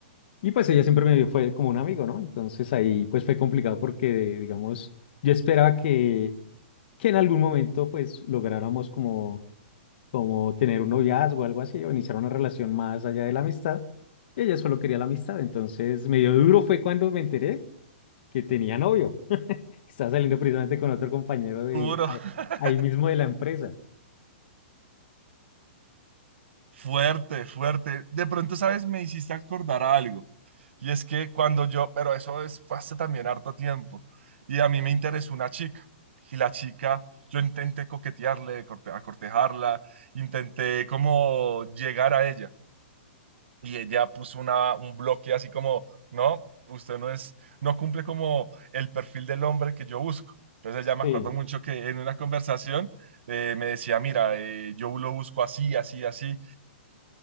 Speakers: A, on the left (about 55°); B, on the right (about 70°).
A: Y pues ella siempre me vio, fue como un amigo, ¿no? Entonces ahí pues fue complicado porque, digamos, yo esperaba que, que en algún momento pues lográramos como, como tener un noviazgo o algo así o iniciar una relación más allá de la amistad. Y ella solo quería la amistad. Entonces medio duro fue cuando me enteré que tenía novio. <laughs> Estaba saliendo precisamente con otro compañero de
B: Duro,
A: ahí
B: <laughs>
A: ahí mismo de la empresa.
B: fuerte, fuerte. De pronto, ¿sabes? Me hiciste acordar a algo. Y es que cuando yo, pero eso es, fue hace también harto tiempo, y a mí me interesó una chica, y la chica, yo intenté coquetearle, corte- a cortejarla, intenté como llegar a ella, y ella puso una, un bloque así como, no, usted no es, no cumple como el perfil del hombre que yo busco. Entonces ella me
A: Sí,
B: acuerdo mucho que en una conversación eh, me decía, mira, eh, yo lo busco así, así, así,